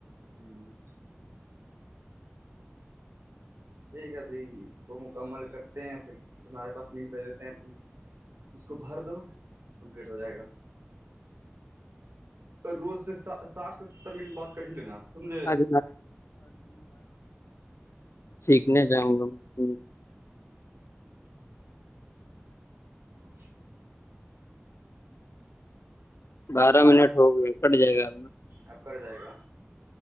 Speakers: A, on the right (about 80°); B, on the left (about 80°).
A: ہوں ٹھیک ہے ابھی اس کو مکمل کرتے ہیں پھر تمہارے پاس لنک بھی دیتے ہیں ت اس کو بھر دو کمپلیٹ ہو جائے گا روز سے ساٹھ سے ستر منٹ بات کر ہی لینا سمجھے
B: آج سیکھنے جاوںں گا
A: خش
B: بارہ منٹ ہو گئے کٹ جائے گا اپنا
A: اب کر جائے گا